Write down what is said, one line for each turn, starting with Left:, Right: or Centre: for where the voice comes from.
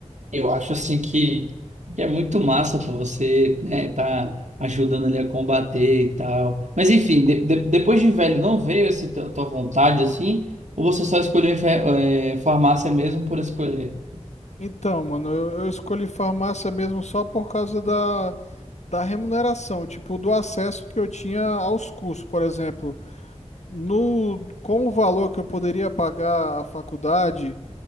Right: Eu acho assim que, que é muito massa pô, você, né, tá ajudando ele a combater e tal. Mas enfim, de- de- depois de velho, não veio essa tua vontade assim? Ou você só escolheu fe- eh, farmácia mesmo por escolher?
Left: Então, mano, eu, eu escolhi farmácia mesmo só por causa da, da remuneração, tipo, do acesso que eu tinha aos cursos, por exemplo. No, com o valor que eu poderia pagar à faculdade,